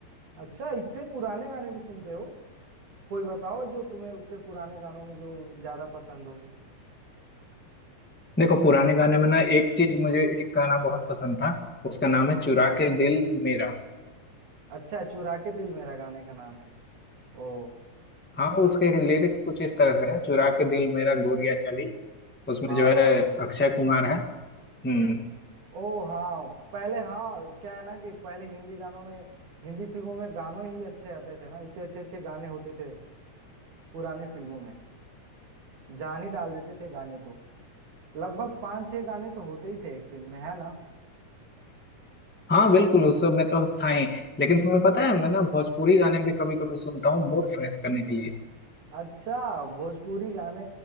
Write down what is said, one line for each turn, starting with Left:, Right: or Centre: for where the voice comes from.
Right: अच्छा इतने पुराने गाने भी सुनते हो कोई बताओ जो तुम्हें उतने पुराने गानों में जो ज्यादा पसंद हो
Centre: देखो पुराने गाने में ना एक चीज मुझे एक गाना बहुत पसंद था उसका नाम है चुरा के दिल मेरा
Right: अच्छा चुरा के दिल मेरा गाने का नाम है ओ
Centre: हाँ उसके लिरिक्स कुछ इस तरह से है चुरा के दिल मेरा गोरिया चली उसमें
Right: हाँ
Centre: जो है अक्षय कुमार है हम्म
Right: ओ हाँ पहले हाँ क्या है ना कि पहले हिंदी गानों में हिंदी फिल्मों में गानों ही अच्छे आते थे ना इतने अच्छे अच्छे गाने होते थे पुराने फिल्मों में जान ही डाल देते थे गाने तो लगभग पांच छह गाने तो होते ही थे एक फिल्म में है ना
Centre: हाँ बिल्कुल उस सब में तो था ही लेकिन तुम्हें पता है मैं ना भोजपुरी गाने भी कभी कभी सुनता हूँ मूड फ्रेश करने के लिए
Right: अच्छा भोजपुरी गाने